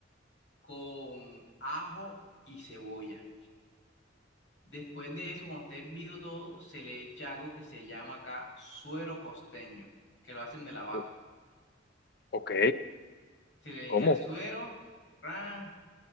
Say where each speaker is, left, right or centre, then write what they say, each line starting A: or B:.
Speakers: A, on the left; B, on the left.
A: con ajo y cebolla. Después de eso, cuando esté hervido todo, se le echa algo que se llama acá suero costeño, que lo hacen de la vaca.
B: o- ok,
A: Se le echa
B: ¿cómo?
A: el suero, ran,